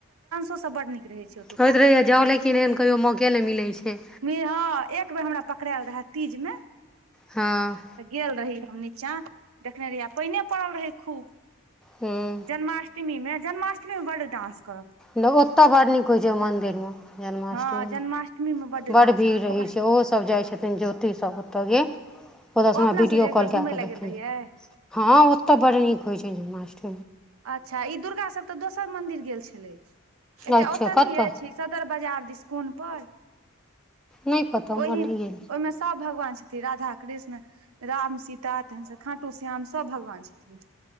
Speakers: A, on the right (about 85°); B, in the centre.
A: ओ सब बड नीक रहै छै ओतुका
B: होइत रहैए जाउ लेकिन एहन कहियो मौके नय मिलै छै
A: ने हं एक बेर हमरा पकड़यल रहय तीजमे
B: हँ
A: तऽ गेल रही हम नीचाँ देखने रहियै आ पाइन ने पड़ल रहै खूब
B: हूँ
A: जन्माष्टमीमे जन्माष्टमीमे बड डानंस करत
B: न ओतय बड़ नीक होइ छै मन्दिरमे जन्माष्टमी
A: हँ मे बड्ड
B: बड़
A: डांस
B: भीड़
A: करत
B: रहै
A: ओकरा
B: छै होसब जाइ छथिन ज्योतिसब ओतय गेल ओतयसँ
A: ओ
B: हमरा
A: अपना
B: वीडियो
A: सब जे एक
B: कॉल
A: बेर
B: क
A: घुमय लए
B: के देखै
A: गेल रहियै
B: हँ ओतऽ बड नीक होइ छय मासट
A: अच्छा ई दुर्गा सब तऽ दोसर मंदिर गेल छले एकटा
B: अच्छा
A: ओतऽ
B: कतऽ
A: नय अइछ सदर बाजार दिसन कौन पर
B: नहि पता उमहर
A: ओइमे
B: नहि गेल
A: ओहि सब भगवान छइथ राधा कृष्ण राम सीता तेनसब खाँटू श्याम सब भगवान छथिन